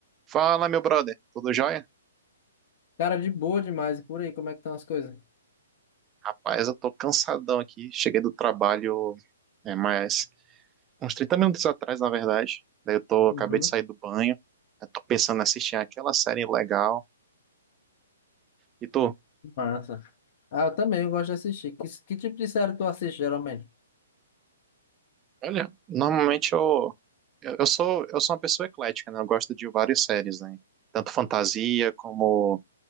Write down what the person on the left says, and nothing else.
Cara, de boa demais. E por aí, como é que estão as coisas?
Uhum,
massa. Ah, eu também, eu gosto de assistir. Que, que tipo de série tu assiste, geralmente?